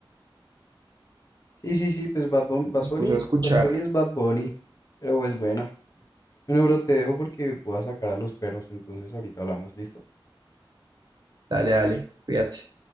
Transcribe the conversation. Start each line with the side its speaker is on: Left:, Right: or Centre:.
Left: Sí, sí, sí, pues Bad Bunny, Bad
Right: los
Left: Bunny,
Right: puso a escuchar.
Left: Bad Bunny es Bad Bunny. Pero pues bueno. Bueno, bro, te dejo porque voy a sacar a los perros, entonces ahorita hablamos, ¿listo?
Right: Dale, dale, cuídate.